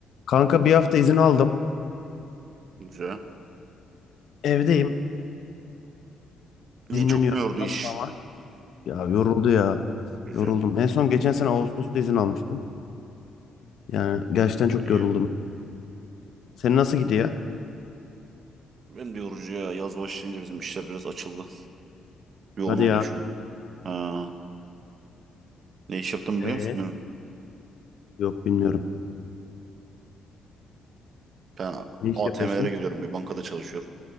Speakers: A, on the left; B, on the right.
A: Kanka bir hafta izin aldım.
B: Güzel.
A: Evdeyim.
B: Niye
A: Dinleniyorum.
B: çok mu yordu
A: Nasıl
B: iş?
A: ama? Ya yoruldu ya.
B: Güzel.
A: Yoruldum. En son geçen sene Ağustos'ta izin almıştım. Yani gerçekten çok
B: İyi.
A: yoruldum. Senin nasıl gidiyor?
B: Ben de yorucu ya. Yaz başlayınca bizim işler biraz açıldı. Yoğun
A: Hadi
B: oluyor
A: ya.
B: şu an. Ha. Ne iş yaptım
A: Ee,
B: biliyor musun? Ben
A: yok bilmiyorum.
B: ben
A: Ne iş
B: ATM'lere
A: yapıyorsun?
B: gidiyorum. Bir bankada çalışıyorum.